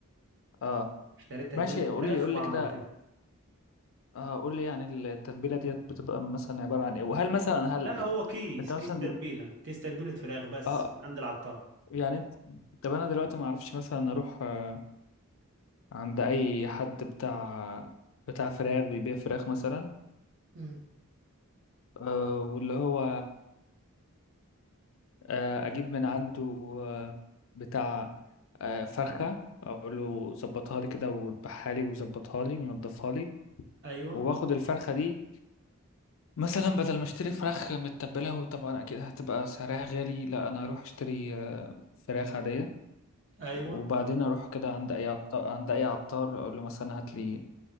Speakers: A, on the left; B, on the right.
A: اه
B: اشتريت تتبيلة
A: ماشي قول
B: فراخ
A: لي قول
B: وعملتها
A: لي كده اه قول لي يعني التتبيلة ديت بتبقى مثلا عبارة عن ايه وهل مثلا هل
B: لا هو كيس
A: انت مثلا
B: كيس تتبيله
A: دل...
B: كيس تتبيله فراخ بس
A: اه
B: من عند العطار
A: يعني انت طب انا دلوقتي ما اعرفش مثلا اروح آه عند اي حد بتاع بتاع فراخ بيبيع فراخ مثلا
B: مم.
A: آه واللي هو آه اجيب من عنده آه بتاع آه فرخة اقول له ظبطها لي كده وذبحها لي وظبطها لي ونضفها لي
B: ايوه
A: واخد الفرخة دي مثلا بدل ما اشتري فراخ متبلة وطبعا اكيد هتبقى سعرها غالي لا انا اروح اشتري آه، فراخ عادية
B: ايوه
A: وبعدين اروح كده عند اي عطار عند اي عطار اقول له مثلا هات لي